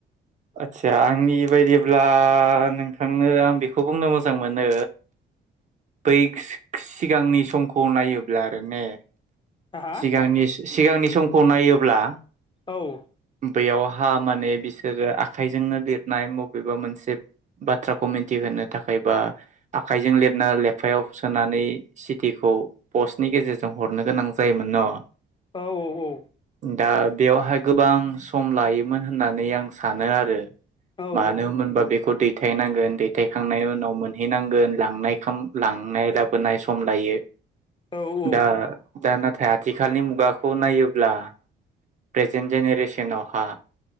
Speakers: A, on the right; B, on the left.
A: आतसा आंनि बायदि अब्ला नोंथांनो आं बेखौ बुंनो मोज जां मोनो बै खोस सिगांनि समखौ नायो ब्ला आरो ने
B: हा
A: सिगांनिस सिगांनि समखौ नायोब्ला
B: औ
A: बैयावहा माने बिसोरो आखाइजोंनो लिरनाय बबेबा मोनसे बाथ्राखौ मिन्थिहोनो थाखाय बा आखाइजों लिरना लेफायाव सोनानै सिटिखौ पस्टनि गेजेरजों हरनो गोनां जायोमोन न'।
B: औ औ औ
A: दा बेयावहाय गोबां सम लायोमोन होननानै आं सानो आरो।
B: औ
A: मानो मोनबा बेखौ दै थायनांगोन दैथायखांनायनि उनाव मोनहैनांगोन लांनाय खाम लांनाय लाबोनाय सम लायो।
B: औ औ
A: दा दा नाथाय आथिखालनि मुगाखौ नायोब्ला प्रेजेन्ट जेनेरेसनावहा